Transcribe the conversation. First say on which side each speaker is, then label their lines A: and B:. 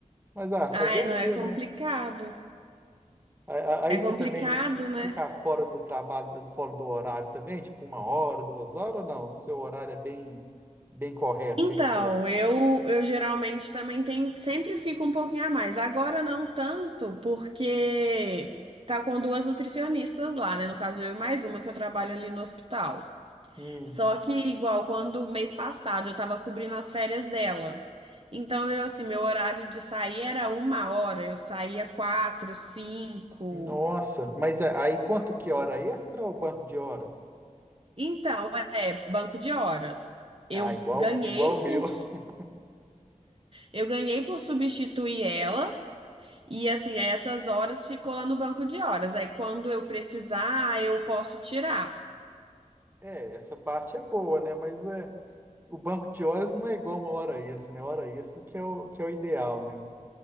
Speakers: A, on the right; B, on the right.
A: Mas, ah, fazer
B: Ai,
A: o
B: não
A: quê,
B: é complicado.
A: né? A- a- Aí
B: É
A: você
B: complicado,
A: também fi-
B: né?
A: fica fora do trabalho, fora do horário também, tipo uma hora, duas horas ou não? O seu horário é bem, bem correto,
B: Então,
A: bem certo.
B: eu, eu geralmente também tenho, sempre fico um pouquinho a mais. Agora não tanto, porque tá com duas nutricionistas lá, né? No caso, eu e mais uma que eu trabalho ali no hospital.
A: Hum,
B: Só que igual quando mês passado eu tava cobrindo as férias dela. Então, eu assim, meu horário de sair era uma hora, eu saía quatro, cinco.
A: nossa, mas a- aí quanto que hora extra ou banco de horas?
B: Então, é banco de horas. Eu
A: Ah, igual,
B: ganhei
A: igual o
B: por
A: meu. <laughs>
B: eu ganhei por substituir ela e assim, aí essas horas ficou lá no banco de horas. Aí quando eu precisar, eu posso tirar.
A: É, essa parte é boa, né? Mas é, o banco de horas não é igual uma hora extra, né? Hora extra que é o, que é o ideal, né?